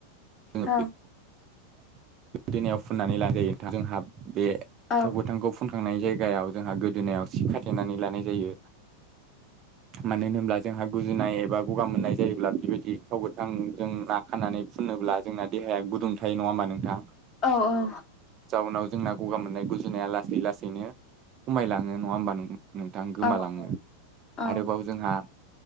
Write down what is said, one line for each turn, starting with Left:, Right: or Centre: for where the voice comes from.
Right: जोङो
Left: औ
Right: बेखौ फुननानै लाजायो थां जोंहाब बे
Left: औ
Right: थाव गोथांखौ फुन थांनाय जायगायाव जोंहा गोदोनायाव सि खाथेनानै लानाय जायो मानो होनब्ला जोंहा गुजुनाय एबा गगा मोननाय जायोब्ला बेबायदि थाव गोथांजों नाखानानै फुनोब्ला जोंना देहाया गुुदुं थायो नङा होमबा नोंथां
Left: औ औ
Right: जाउनाव जोंना गगा मोननाय गुजुनाया लासै लासैनो खमायलाङो नङा होमबा नों नोंथां गोमालाङो
Left: औ औ
Right: आरोबाव जोंहा